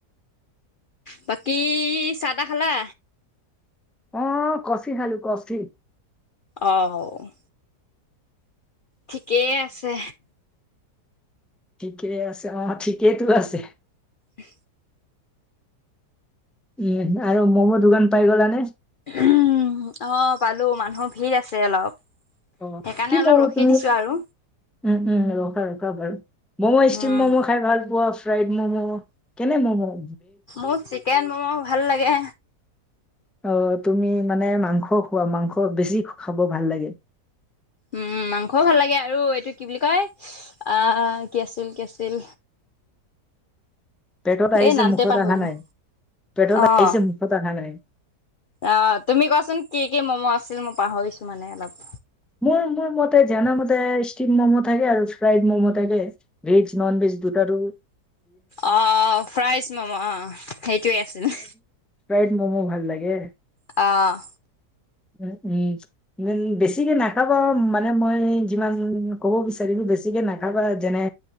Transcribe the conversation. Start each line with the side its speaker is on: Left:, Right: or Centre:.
Left: বাকী চাহ তাহ খালা
Centre: অ কফি খালোঁ কফি
Left: অঁ ঠিকেই আছে
Centre: ঠিকেই আছে অ ঠিকেইতো আছে
Left: উম
Centre: উম আৰু ম'ম' দোকান পাই গলানে
Left: উম অ পালোঁ মানুহ ভিৰ আছে অলপ
Centre: অ
Left: সেইকাৰণে
Centre: কিল
Left: অলপ ৰখি
Centre: তুমি
Left: দিছোঁ আৰু
Centre: উম উম ৰখা ৰখাবাৰু ম'ম' ষ্টিম
Left: উম।
Centre: ম'ম' খাই ভাল পোৱা ফ্ৰাইড মমো কেনে ম'মো
Left: অ চিকেন মমো ভাল লাগে
Centre: অ তুমি মানে মাংস খোৱা মাংস বেছি খাব ভাল লাগে
Left: উম মাংসও ভাল লাগে আৰু এইটো কি বুলি কয় আ কি আছিল কি আছিল
Centre: পেটত আহিছে
Left: এই নামটোৱে
Centre: মুখত
Left: পাহৰিলোঁ
Centre: অহা নাই পেটত
Left: অ'।
Centre: আহিছে মুখত অহা নাই
Left: অ তুমি কোৱাচোন কি কি মমো আছিল মই পাহৰিছোঁ মানে অলপ
Centre: মোৰ মোৰ মতে মতে ষ্টিম মমো থাকে আৰু ফ্ৰাইড মমো থাকে ভেজ নন ভেজ দুট আৰু
Left: অ ফ্ৰাইজ মমো অ সেইটোৱে আছিল
Centre: ফ্ৰাই মমো ভাল লাগে
Left: অঁ
Centre: উম উম উম বেছিকে নাখাবা মানে মই যিমান ক'ব বিচাৰিলোঁ বেছিকে নাখাবা যেনে